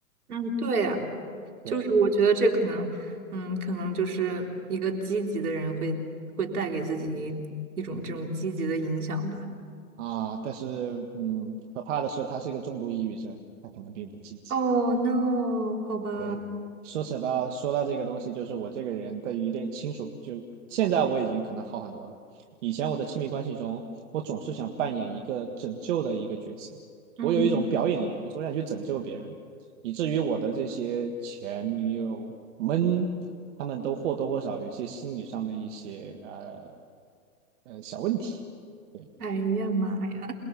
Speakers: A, on the right; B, on the right.
A: 嗯对呀，
B: 对对
A: 就是我觉得这可能，嗯，可能就是一个积极的人会会带给自己一一种这种积极的影响吧。
B: 啊，但是嗯，可怕的是他是一个重度抑郁症，他可能并不积极。
A: Oh no，好吧，
B: 对，说扯到说到这个东西，就是我这个人对于一定亲属，就现在我已经可能好很多了。以前我的亲密关系中，我总是想扮演一个拯救的一个角色，
A: 嗯，
B: 我有一种表演欲，我总想去拯救别人，以至于我的这些前女友们，她们都或多或少有一些心理上的一些呃呃小问题。对。
A: 哎呀妈呀，